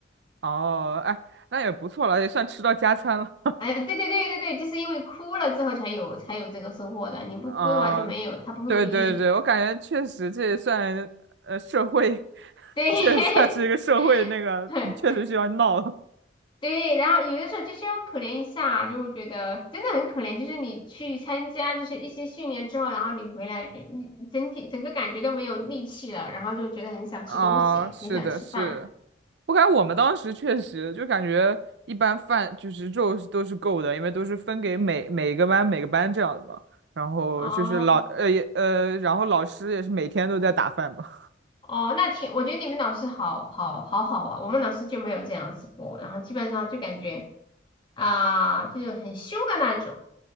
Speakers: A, on the right; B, on the left.
A: 哦，哎，那也不错了，也算吃到加餐了。
B: 哎，对对对对对，就是因为哭了之后才有才有这个收获的，你不哭的话就没有，
A: 嗯，
B: 她不会理你的，
A: 对对对，我感觉确实这也算呃社会，<laughs>
B: 对。
A: 这也算是一个社会那个，
B: <laughs>
A: 你确实需要闹了
B: 对，然后有的时候就是要可怜一下，就我觉得真的很可怜。就是你去参加就是一些训练之后，然后你回来，你你整体整个感觉都没有力气了，然后就觉得很想吃东西，
A: 啊、是的，
B: 很想吃饭。
A: 是。我感觉我们当时确实就感觉一般饭就是肉是都是够的，因为都是分给每每个班每个班这样的嘛。然后就是老呃也呃，
B: 哦
A: 然后老师也是每天都在打饭吧。
B: 哦，那挺，我觉得你们老师好好好好啊，我们老师就没有这样子过，然后基本上就感觉啊、就是很凶的那种，